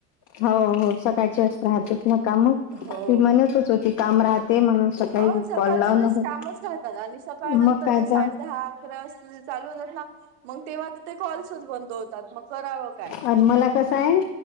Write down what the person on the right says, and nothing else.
हो
ओशो सकाळच्या
वेळेस
कामच राहतात आणि सकाळ
नंतर
ज
साडे दहा अकरा वाजता जे चालू होतात ना. मग तेव्हा तर ते कॉल्सच बंद होतात मग करावं काय?